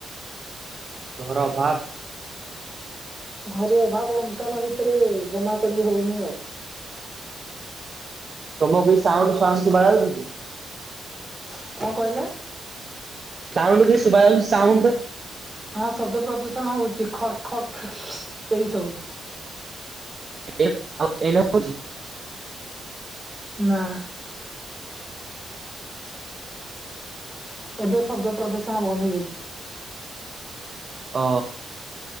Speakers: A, on the right (about 35°); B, on the right (about 15°).
A: ଘୋର ଅଭାବ।
B: ଘରେ ଅଭାବ ଅଣ୍ଟନ ଭିତରେ ଜମା କରି ହଉନି ଆଉ।
A: ତମକୁ କିଛି ସାଉଣ୍ଟ ଫାଉଣ୍ଟ ଶୁଭାଯାଉଛି କି?
B: କଣ କହିଲେ?
A: ସାଉଣ୍ଟ୍ କିଛି ଶୁଭାଯାଉଛି ସାଉଣ୍ଟ।
B: ହଁ ଶବ୍ଦ ପ୍ରଦୂଷଣ ହଉଛି ଖଡ ଖଡ ଖ ଏଇ ସବୁ।
A: <unintelligible> ଆଉ ଏଇନେ ହଉଛି?
B: ନାଁ। ଏବେ ଶବ୍ଦ ପ୍ରଦୂଷଣ ବନ୍ଦ ହେଇଯାଇଛି।
A: ଓ